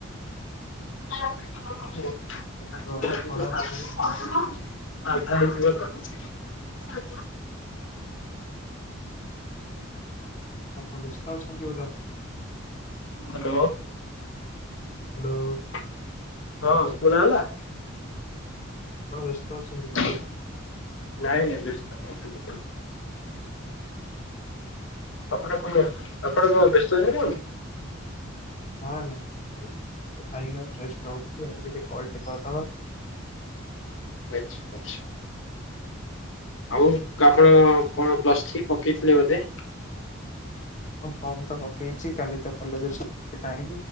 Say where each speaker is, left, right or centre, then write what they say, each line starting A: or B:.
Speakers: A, on the left (about 65°); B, on the left (about 35°).
A: <unintelligible>
B: ଆମର ଖଡା ସାଇ
A: <unintelligible>
B: ଆଉ
A: ହ
B: <unintelligible>
A: ହାଲୋ।
B: <inaudible>
A: <inaudible>
B: <inaudible>
A: <inaudible> <unintelligible>
B: <unintelligible>
A: ଆଛି ଆଚ୍ଛା ଆଉ ଆପଣ କ'ଣ ପ୍ଲସ୍‌ଥ୍ରୀ ପକେଇ ଥିଲେ ବଧେ।
B: ହଁ ଫମ୍ ତ ପକେଇଚି, କାଲି ତ କଲେ ସାଠିପିକେଟ୍ ଆ